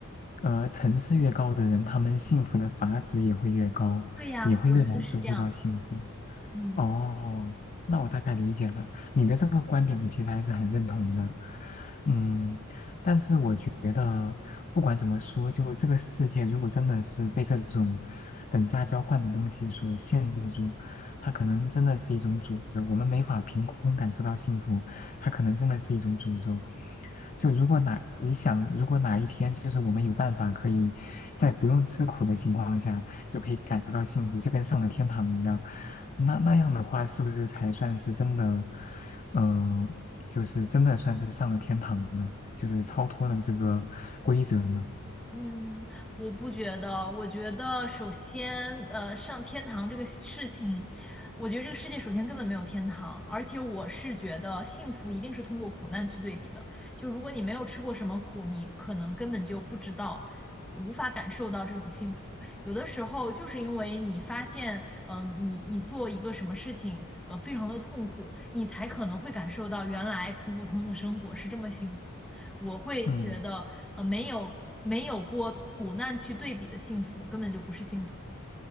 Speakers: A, on the left; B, in the centre.
A: 呃，层次越高的人，他们幸福的阀值也会越高，
B: 对呀，
A: 也会越难收获到幸福。
B: 我觉得是这样的。嗯。
A: 哦，那我大概理解了你的这个观点，我其实还是很认同的。嗯，但是我觉得不管怎么说，就这个世界如果真的是被这种等价交换的东西所限制住，它可能真的是一种诅咒。我们没法凭空感受到幸福，它可能真的是一种诅咒。就如果哪你想，如果哪一天就是我们有办法可以在不用吃苦的情况下就可以感受到幸福，就跟上了天堂一样。那那样的话，是不是才算是真的，嗯、就是真的算是上了天堂呢？就是超脱了这个规则呢？
B: 嗯，我不觉得，我觉得首先，呃，上天堂这个事情，我觉得这个世界首先根本没有天堂，而且我是觉得幸福一定是通过苦难去对比的。就如果你没有吃过什么苦，你可能根本就不知道，无法感受到这种幸福。有的时候就是因为你发现，嗯、你你做一个什么事情，呃，非常的痛苦，你才可能会感受到原来普普通通的生活是这么幸福。我会觉得，
A: 嗯，
B: 呃，没有没有过苦难去对比的幸福，根本就不是幸福。